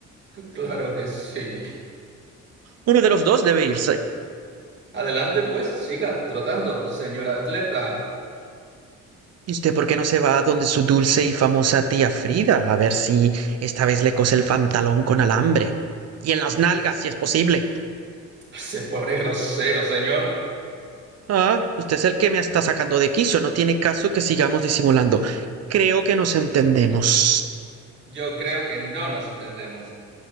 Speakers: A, on the right; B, on the right.
A: Claro que sí.
B: Uno de los dos debe irse.
A: Adelante, pues, siga trotando, señor atleta.
B: ¿Y usted por qué no se va a donde su dulce y famosa tía Frida a ver si esta vez le cose el pantalón con alambre? Y en las nalgas, si es posible.
A: <laughs> Se pone grosero, señor.
B: Ah, usted es el que me está sacando de quicio. No tiene caso que sigamos disimulando. Creo que nos entendemos.
A: Yo creo que no nos entendemos.